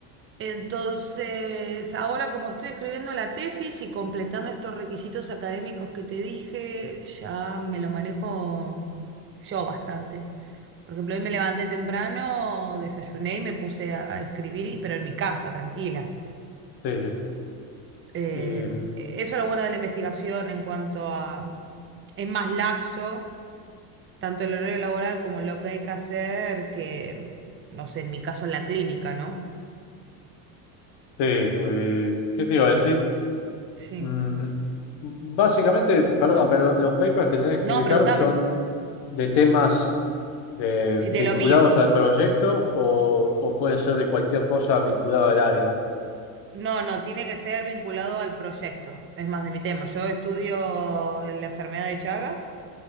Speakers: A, on the right; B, on the left.
A: Entonces, ahora como estoy escribiendo la tesis y completando estos requisitos académicos que te dije, ya me lo manejo yo bastante. Por ejemplo, hoy me levanté temprano, desayuné y me puse a escribir, y- pero en mi casa, tranquila.
B: sí, sí.
A: Eh,
B: Y,
A: eso es lo bueno de la investigación en cuanto a... Es más laxo, tanto el horario laboral como lo que hay que hacer, que, no sé, en mi caso en la clínica, ¿no?
B: sí, eh, ¿qué te iba a decir?
A: Sí.
B: Mm, Básicamente, perdón, pero los papers que tenés que publicar
A: No, pregúntame.
B: son de temas de-
A: Si de
B: vinculados
A: lo mío.
B: al proyecto o, o pueden ser de cualquier cosa vinculada al área.
A: No, no, tiene que ser vinculado al proyecto. Es más de mi tema. Yo estudio la enfermedad de Chagas.